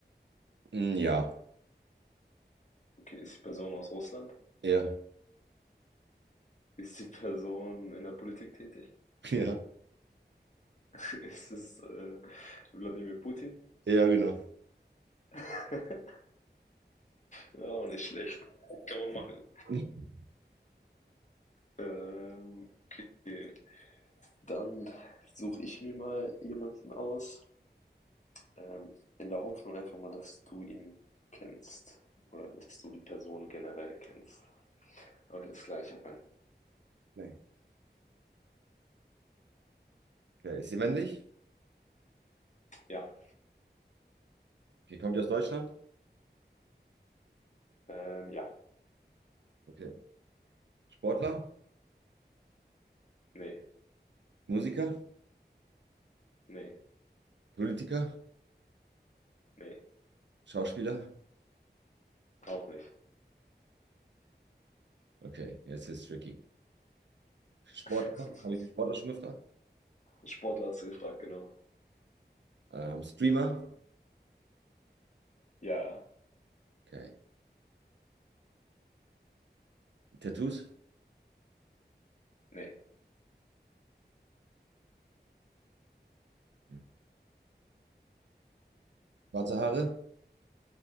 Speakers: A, on the right; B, on the left.
A: Mm, Ja.
B: Okay, ist die Person aus Russland?
A: Ja.
B: Ist die Person in der Politik tätig?
A: <laughs> Ja.
B: <laughs> Ist es äh, Wladimir Putin?
A: Ja, genau.
B: <laughs> Ja, auch nicht schlecht. Kann man machen.
A: <laughs>
B: Ähm, okay. Dann suche ich mir mal jemanden aus, ähm, in der Hoffnung einfach mal, dass du ihn kennst oder dass du die Person generell kennst. Okay, das gleiche.
A: Nee. Okay, ist sie männlich?
B: Ja,
A: Okay, kommt die aus Deutschland?
B: ähm, ja.
A: Okay. Sportler,
B: Ne,
A: Musiker,
B: ne,
A: Politiker,
B: ne,
A: Schauspieler.
B: auch nicht.
A: Okay, jetzt ist es tricky. Sportler,
B: <laughs>
A: habe ich Sportler schon gefragt?
B: Sportler hast du gefragt, genau.
A: Ähm, Streamer.
B: Ja,
A: Okay. Tattoos.
B: ne.
A: Hm. Schwarze Haare.